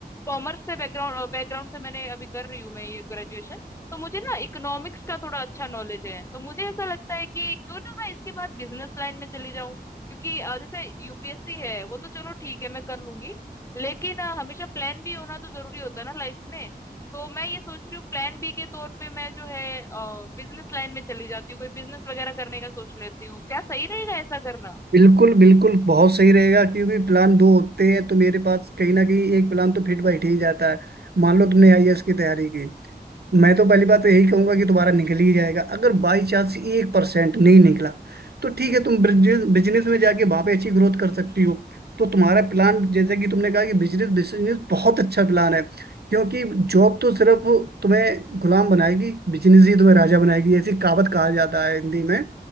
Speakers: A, on the left (about 15°); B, on the right (about 70°).
A: कॉमर्स से बैकग्राउंड बैकग्राउंड से मैंने अभी कर रही हूँ मैं ये ग्रेजुएशन तो मुझे ना इकोनॉमिक्स का थोड़ा अच्छा नॉलेज है तो मुझे ऐसा लगता है कि क्यों ना मैं इसके बाद बिजनेस लाइन में चली जाऊँ क्योंकि अ, जैसे यूपीएससी है वो तो चलो ठीक है मैं कर लूंगी लेकिन अ, हमेशा प्लान भी होना तो जरूरी होता है ना लाइफ में तो मैं ये सोच रही हूँ प्लान बी के तौर पे मैं जो है बिजनेस लाइन में चली जाती हूँ कोई बिजनेस वगैरह करने का सोच लेती हूँ क्या सही रहेगा ऐसा करना
B: बिल्कुल बिल्कुल बहुत सही रहेगा क्योंकि प्लान दो होते हैं तो मेरे पास कहीं ना कहीं एक प्लान तो फिट बैठ ही जाता है मान लो तुमने आईएएस की तैयारी की मैं तो पहली बात तो यही कहूंगा कि तुम्हारा निकल ही जाएगा अगर बाई चांस एक परसेंट नहीं निकला तो ठीक है तुम बिजनेस में जाके वहां पे अच्छी ग्रोथ कर सकती हो तो तुम्हारा प्लान जैसे कि तुमने कहा कि बिजनेस बिजनेस बहुत अच्छा प्लान है क्योंकि जॉब तो सिर्फ तुम्हें गुलाम बनाएगी बिजनेस ही तुम्हें राजा बनाएगी ऐसी कहावत कहा जाता है हिंदी में